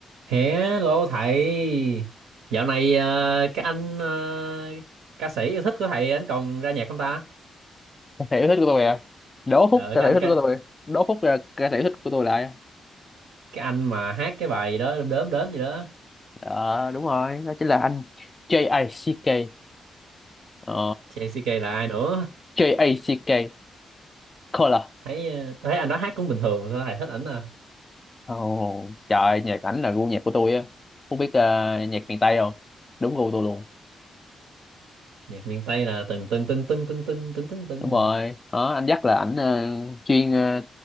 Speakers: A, on the right; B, on the left.
A: Hello thầy, dạo này ờ, cái anh ờ, ca sĩ yêu thích của thầy anh còn ra nhạc không ta?
B: thể yêu thích của tôi à đố Phúc
A: Ờ,
B: ca
A: cái
B: sĩ yêu
A: anh
B: thích
A: cái,
B: của tôi đố Phúc là ca sĩ yêu thích của tôi lại
A: cái anh mà hát cái bài đó đớm đớm đớm gì đó,
B: Ờ đúng rồi đó chính là anh J-A-C-K ờ,
A: JCK là ai nữa?
B: J-A-C-K Color
A: Thấy ờ, thấy anh đó hát cũng bình thường, sao thầy thích ảnh à?
B: Ồ, trời nhạc ảnh là gu nhạc của tôi á không biết ờ, nhạc miền Tây không đúng gu tôi luôn
A: Nhạc miền Tây là từng từng từng từng từng từng từng từng từng
B: đúng
A: hả?
B: rồi đó anh dắt là ảnh ờ, chuyên ờ,